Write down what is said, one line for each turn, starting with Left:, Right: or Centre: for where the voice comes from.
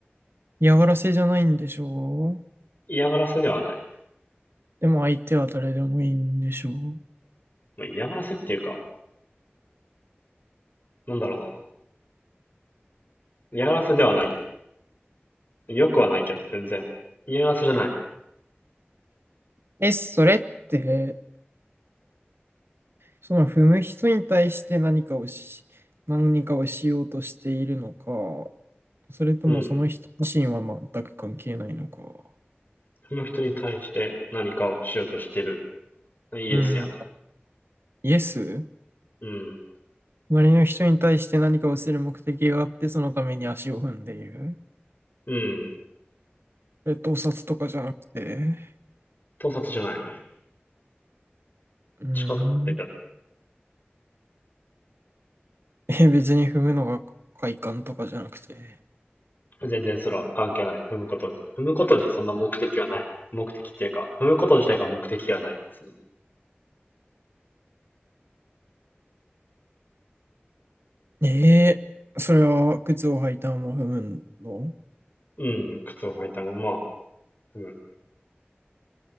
Right: 嫌がらせじゃないんでしょう
Left: 嫌がらせではない。
Right: でも相手は誰でもいいんでしょう
Left: まあ、嫌がらせっていうか、なんだろうな。嫌がらせではないよ。よくはないけど、全然。嫌がらせじゃない。
Right: え、それって、その踏む人に対して何かをし、何かをしようとしているのか、それともその人自身は全く関係ないのか。
Left: うん。その人に対して何かをしようとしてる。イエスやな。
Right: うん。イエス
Left: うん。
Right: 隣の人に対して何かをする目的があって、そのために足を踏んでいる。
Left: うん。
Right: えっと、盗撮とかじゃなくて、
Left: 盗撮じゃない。
Right: うーん、
Left: 近かったけ
Right: え、別に踏むのが快感とかじゃなくて。
Left: ど、全然それは関係ない。踏むことに。踏むことにそんな目的はない。目的っていうか、踏むこと自体が目的ではない、別に。
Right: えー、それは靴を履いたまま踏むの
Left: うん、靴を履いたまま、踏む。